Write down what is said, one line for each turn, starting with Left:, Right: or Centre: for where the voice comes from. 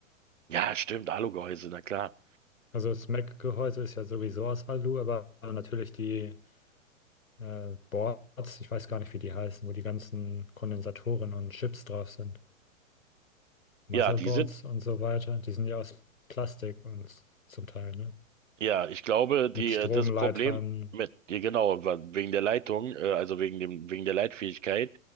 Right: Ja, stimmt, Alugehäuse, na klar.
Left: also das Mac-Gehäuse ist ja sowieso aus Alu, aber natürlich die äh, Boards, ich weiß gar nicht, wie die heißen, wo die ganzen Kondensatoren und Chips drauf sind. Motherboards
Right: Ja, die sind
Left: und so weiter, die sind ja aus Plastik und zum Teil, ne?
Right: Ja, ich glaube, die,
Left: Mit Stromleitern.
Right: äh, das Problem mit, ja, genau, wa- wegen der Leitung, äh, also wegen dem, wegen der Leitfähigkeit,